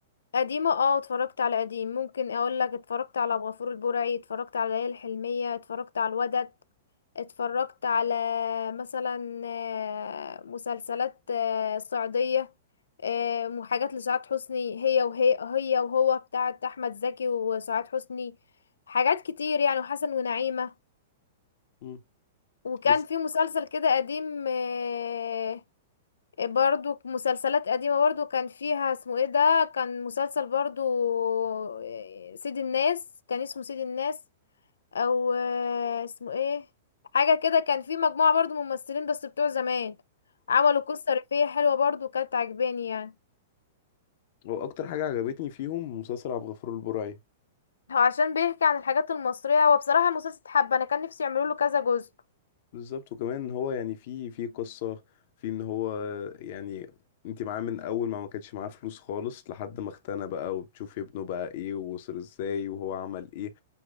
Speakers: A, on the left; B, on the left.
A: قديمة اه اتفرجت على قديم ممكن اقول لك اتفرجت على أبو غفور البرعي اتفرجت على ليالي الحلمية اتفرجت على الودد اتفرجت على مثلا آه، مسلسلات آه، صعيدية آه، وحاجات لسعاد حسني هي وهي هي وهو بتاعت أحمد زكي وسعاد حسني حاجات كتير يعني وحسن ونعيمة
B: امم
A: وكان
B: بس
A: في مسلسل كده قديم آه، آه، برضو مسلسلات قديمة برضو كان فيها اسمه ايه ده كان مسلسل برضو آه، سيد الناس كان اسمه سيد الناس او آه، اسمه ايه حاجة كده كان في مجموعة برضو ممثلين بس بتوع زمان عملوا قصة ريفية حلوة برضو كانت عجباني يعني
B: واكتر حاجه عجبتني فيهم مسلسل عبد الغفور البرعي
A: هو عشان بيحكي عن الحاجات المصرية هو بصراحة مسلسل حبة انا كان نفسي يعملوا له كذا جزء
B: بالظبط وكمان ان هو يعني في في قصه في ان هو يعني انت معاه من اول ما ما كانش معاه فلوس خالص لحد ما اغتنى بقى وبتشوفي ابنه بقى ايه ووصل ازاي وهو عمل ايه